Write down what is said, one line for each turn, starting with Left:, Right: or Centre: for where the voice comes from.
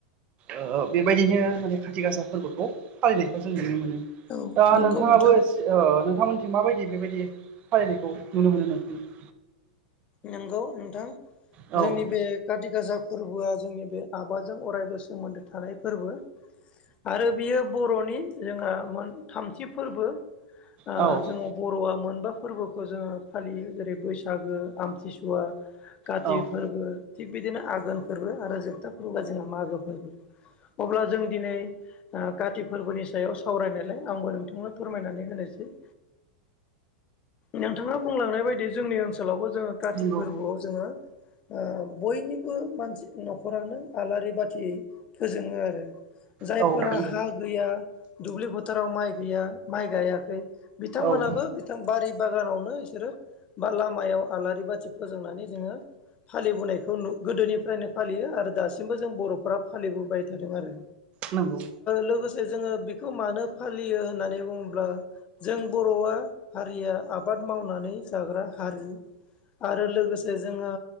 Right: ओ बेबायदिनो माने खाथि गासा फोरबोखौ फालिनायखौ जों नुनो मोनो।
Left: औ
Right: दा
Left: नंगौ
Right: नोंथाङाबो
Left: नोंथां
Right: सि ओ नोंथांमोनख माबायदि बेबायदि फालिनायखौ नुनो मोनो नोंसिनि
Left: नंगौ नोंथां
Right: औ
Left: जोंनि बे काथि गासा फोरबोआ जोंनि बे आबादजों अरायबो सोमोन्दो थानाय फोरबो। आरो बियो बर'नि जोंहा मोन थामथि फोरबो ओ
Right: औ
Left: जोङो बर'आ मोनबा फोरबोखौ जोङो फालियो जेरै बैसागो आमथिसुवा काति
Right: औ
Left: फोरबो थिग बिदिनो आघोन फोरबो आरो जोबथा फोरबोआ जोंहा मागो फोरबो। अब्ला जों दिनै ओ काति फोरबोनि सायाव सावरायनायलाय आंबो नोंथांनो फोरमायनानै होनोसै। नोंथाङा बुंलांनाय बायदि जोंनि ओनसोलावबो जोङो काति
Right: नंगौ
Left: फोरबोआव जोङो ओ बयनिबो मानसि न'खरानो आलारि बाथियै फोजोङो आरो। जायफोरा
Right: औ नंगौ
Left: हा गैया दुब्लि फोथोराव माइ गैया माइ गायाखै बिथांमोनाबो
Right: औ
Left: बिथां बारि बागानावनो बिसोर बा लामायाव आलारि बाथि फोजोंनानै जोङो फालिबोनायखौ गोदोनि फ्रायनो फालियो आरो दासिमबो जों बर'फोरा फालिबोबाय थादों आरो।
Right: नोंगौ।
Left: लोगोसे जोङो बेखौ मानो फालियो होननानै बुङोब्ला जों बर'आ हारिया आबाद मावनानै जाग्रा हारि आरो लोगोसे जोंहा